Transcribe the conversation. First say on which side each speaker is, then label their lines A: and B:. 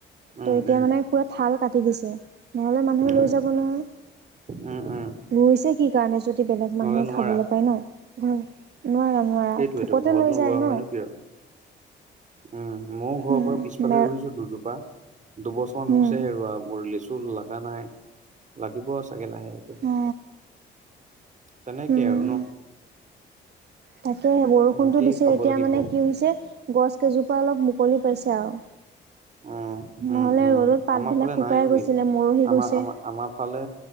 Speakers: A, on the right; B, on the right.
A: উম,
B: ত এতিয়া
A: উম,
B: মানে পুৰা ঠাল কাটি দিছে নহ'লে মানুহে
A: উম।
B: লৈ যাব নহয়।
A: উম, উম,
B: ৰুইছে কি কাৰণে যদি বেলেগ
A: নহ'লে
B: মানুহে
A: নোৱাৰা
B: খাবলৈ পায় ন। হয় নোৱাৰা না
A: সেইটোৱেতো
B: থোকতে
A: ঘৰতনো
B: লৈ যায়
A: ৰোৱা
B: ন।
A: হয়নো কিয়। উম ময়ো ঘৰ
B: উম
A: বাৰ পিছফালে
B: মে
A: ৰুইছো দুজোপা। দুবছৰমান হৈছে
B: উম
A: হে ৰুৱা মোৰ লেচু লগা নাই। লাগিব আছে। <unintelligible>
B: অ
A: তেনেকে
B: উম
A: আৰু ন'।
B: তাকে বৰষুণটো
A: তেনেকেই
B: দিছে
A: খাব
B: এতিয়া
A: লাগিব।
B: মানে কি হৈছে, গছ কেইজোপা অলপ মুকলি পাইছে আৰু।
A: উম, উম,
B: নহলে
A: উম,
B: ৰ'দত পাতবিলাক
A: আমাৰ ফালে
B: শুকাই
A: নাই ঐ।
B: গৈছিলে মৰহি
A: আমাৰ
B: গৈছে।
A: আমাৰ আমাৰ ফালে